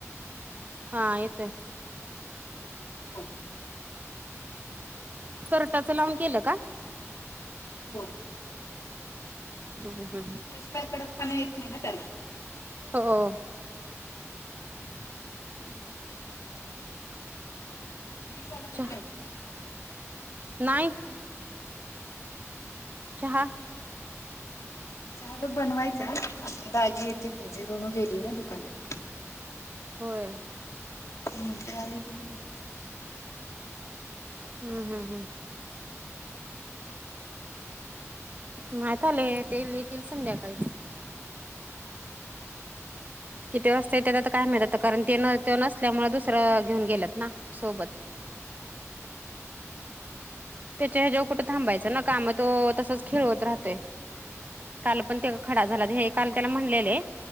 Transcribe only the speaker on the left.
होय.
हो.
त्याशिवाय कडक पणा येत नाही ना त्याला.
मनीष महेश आला की
नाही अजून. घरी
चहा बघ बनवायचा, आता दाजी येतील तुझी ऋणू गेली ना दुकानात.
हम्म ते आले होती बनवायचा.